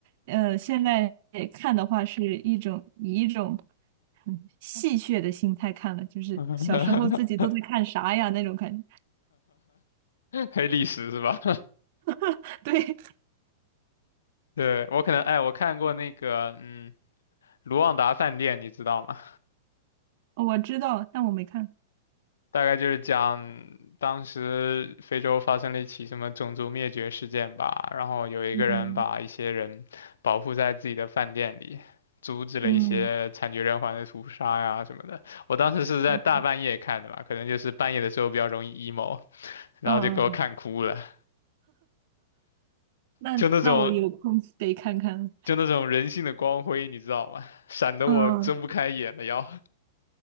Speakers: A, on the right; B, on the left.
A: 呃，现在看的话是一种以一种嗯戏谑的心态看了，就是小时候自己都在看啥呀那种感觉。
B: <laughs> 黑历史是吧？
A: <laughs> 对，
B: <laughs> 对，我可能，哎，我看过那个，嗯，《卢旺达饭店》，你知道吗？
A: 我知道，但我没看。
B: 大概就是讲当时非洲发生了一起什么种族灭绝事件吧，然后有一个人把一些人保护在自己的饭店里，
A: 嗯。
B: 阻止了一些惨绝人寰的屠杀呀什么的。
A: 嗯
B: 我当时是在大半夜看的吧，
A: 嗯，
B: 可能就是半夜的时候比较容易 emo，然后就给我看哭了，
A: 嗯，那那我有空得看看。
B: 就那种就那种人性的光辉，你知道吗？<laughs> 闪得我睁不开眼的要。
A: 嗯，